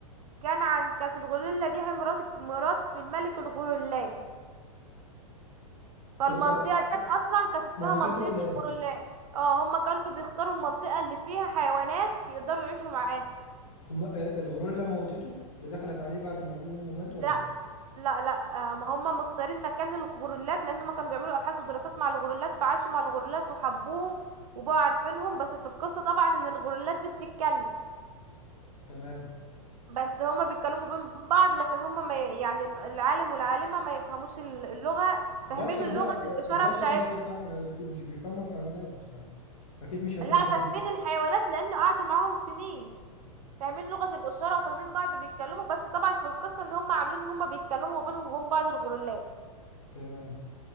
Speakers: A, on the right; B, on the left.
A: كان عن كانت الغوريلا دي هي مرات مرات الملك الغوريلا فالمنطقة
B: أه- أه-
A: ديت أصلا كانت اسمها
B: موتته
A: منطقة
B: ولا ايه
A: الغوريلا اه هما كانوا بيختاروا المنطقة اللي فيها حيوانات يقدروا يعيشوا معاها
B: هم آه، الغوريلا موتته اللي دخلت عليه بعد ما ابوه وامه مات
A: ده
B: ولا ايه
A: لا لا آه، ما هم مختارين مكان الغوريلات لان هم كانوا بيعملوا ابحاث ودراسات مع الغوريلات فعاشوا مع الغوريلات وحبوهم وبقوا عارفينهم بس في القصة طبعا ان الغوريلات دي بتتكلم
B: تمام
A: بس هما بيتكلموا بين بعض لكن هما ما ي- يعني العالم والعالمة ما يفهموش ال- اللغة
B: بشر
A: فاهمين اللغة
B: بقى آه،
A: الإشارة
B: البشر
A: بتاعتهم
B: مش هيفهم- آه، في- مش بيفهموا الحيوانات اكيد مش هيكونوا
A: لا
B: فاهمين
A: فاهمين الحيوانات لأن قعدوا معاهم سنين فاهمين لغة الإشارة وفاهمين بعض بيتكلموا بس طبعا في القصة ان هما عاملين ان هما بيتكلموا بينهم وبين بعض الغوريلات
B: تمام